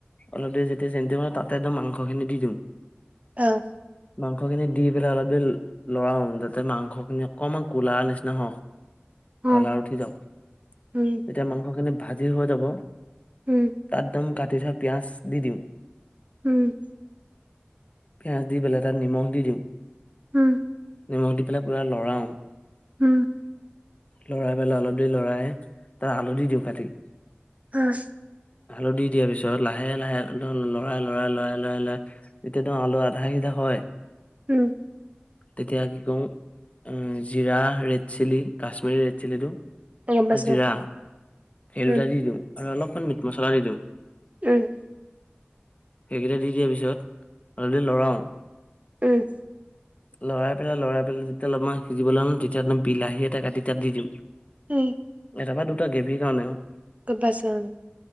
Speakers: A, on the left; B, on the right.
A: অলপ দেৰি যেতিয়া চেনিটো হয় তাতে একদম মাংসখিনি দি দিওঁ।
B: অ,
A: মাংসখিনি দি পেলাই অলপ দেৰি লৰাও যাতে মাংসখিনি অকণমান কলাৰ নিচিনা হওক।
B: অ,
A: কালাৰ উঠি যাওক তেতিয়া
B: উম,
A: মাংসখিনি ভাজি হৈ যাব।
B: উম,
A: তাত একদম কাটি থোৱা পিয়াঁজ দি দিম।
B: উম,
A: পিঁয়াজ দি পেলাই তাত নিমখ দি দিম।
B: উম,
A: নিমখ দি পেলাই পুৰা লৰাওঁ।
B: উম,
A: লৰাই পেলাই অলপ দেৰি লৰাই তাত হালধি দিওঁ কাটি।
B: উম,
A: হালধি দিয়াৰ পিছত লাহে লাহে লৰাই লৰাই লৰাই লৰাই লৰাই তেতিয়া দিওঁ আলু আধা সিজা হয়
B: উম,
A: তেতিয়া কি কৰোঁ জিৰা ৰেড চিলি কাশ্মিৰী ৰেড চিলিটো।
B: গম পাইছো
A: আৰু জিৰা হেলোদা
B: উম,
A: দি দিওঁ আৰু অলপমান মিট মছলা দি দিওঁ।
B: উম,
A: সেইকেইটা দি দিয়াৰ পিছত অলপ দেৰি লৰাওঁ।
B: উম,
A: লৰাই পেলাই লৰাই পেলাই যেতিয়া অলপমান সিজিবলৈ ল'ম তেতিয়া একদম বিলাহী এটা কাটি তাত দি দিওঁ।
B: উম,
A: এটা বা দুটা গ্ৰেভীৰ কাৰণে আৰু
B: <unintelligible>